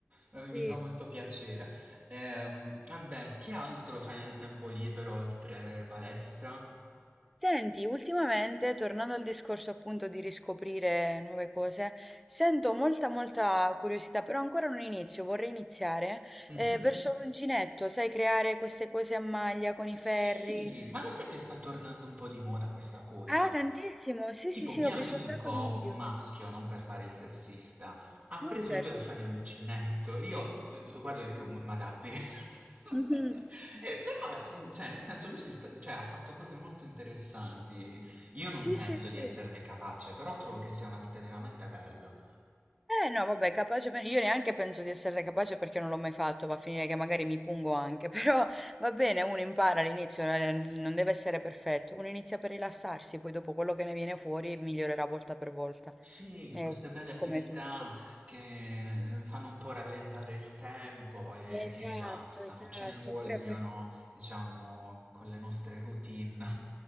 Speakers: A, on the right; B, in the centre.
A: Eh, Mi
B: Sì.
A: fa molto piacere. Ehm, vabbè, che altro fai nel tempo libero oltre palestra?
B: Senti, ultimamente, tornando al discorso appunto di riscoprire nuove cose, sento molta, molta curiosità, però ancora non inizio, vorrei iniziare
A: Mhm.
B: eh, verso l'uncinetto, sai, creare queste cose a maglia con
A: Sì,
B: i ferri,
A: ma lo sai che sta tornando un po' di moda questa cosa?
B: Ah, tantissimo! Sì,
A: Tipo
B: sì, sì,
A: mio
B: ho visto
A: amico,
B: un sacco di video.
A: un maschio, non per fare il sessista, ha
B: No,
A: preso
B: certo.
A: lui a fare l'uncinetto. Io lo guardo e tipo, ma ma davvero? <laughs>
B: Mhm.
A: E però, eh, cioè, nel senso, lui si sta- cioè, ha fatto cose molto interessanti. Io non
B: Sì,
A: penso
B: sì, sì.
A: di esserne capace, però trovo che sia un'arte veramente bella.
B: Eh no, vabbè, capace per- Io neanche penso di essere capace perché non l'ho mai fatto, va a finire che magari mi pungo anche, <laughs> però va bene, uno impara all'inizio, eh, non deve essere perfetto, uno inizia per rilassarsi, poi dopo quello che ne viene fuori migliorerà volta per volta,
A: Sì,
B: Eh,
A: queste belle attività
B: come tutto.
A: che fanno un po' rallentare il tempo e
B: Esatto,
A: ti rilassano.
B: esatto,
A: Ce ne vogliono,
B: pure per
A: diciamo, con le nostre routine.